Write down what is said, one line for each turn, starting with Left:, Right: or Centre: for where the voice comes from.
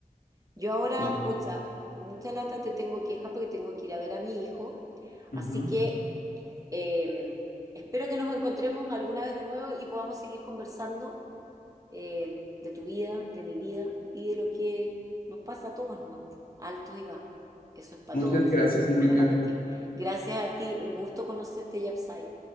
Right: Yo ahora,
Left: Sí.
Right: pucha, con mucha lata te tengo que dejar porque tengo que ir a ver a mi hijo.
Left: Ujú.
Right: Así que eh, espero que nos encontremos alguna vez de nuevo y podamos seguir conversando eh, de tu vida, de mi vida y de lo que nos pasa a todos nomás, altos y bajos. Eso es para
Left: Muchas
Right: todos,
Left: gracias,
Right: no
Left: Mónica.
Right: solo para ti. Gracias a ti, un gusto conocerte, Yapsai.